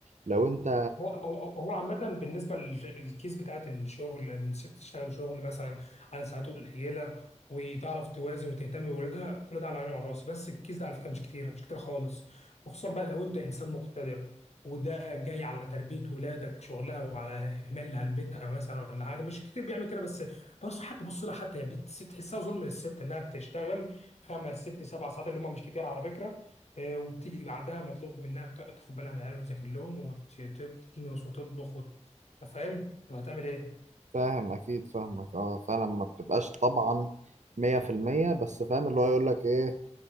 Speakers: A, on the right; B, on the left.
A: لو انت
B: هو هو هو عامة بالنسبة لل- للكيس بتاعت الشغل إن الست تشتغل شغل مثلا على ساعاته قليلة وتعرف توازن وتهتم بولادها كل ده على عيني وعلى راسي بس الكيس ده على فكرة مش كتير مش كتير خالص وخصوصا بقى لو أنت إنسان مقتدر وده جاي على تربية ولادك شغلها وعلى إهمالها لبيتها مثلا ولا حاجة مش كتير بيعمل كده بس بص حتى بص لها حتى هي بت- تحسها ظلم للست إنها بتشتغل خمس ست سبع ساعات اللي هم مش كتير على فكرة آه، وبتيجي بعدها مطلوب منها ت- تاخد بالها من العيال وتذاكر لهم وتكنس وتطبخ وت- أنت فاهم طب هتعمل ايه
A: فاهم اكيد فاهمك اه فعلا ما بتبقاش طبعا مية في المية بس فاهم اللي هو يقول لك ايه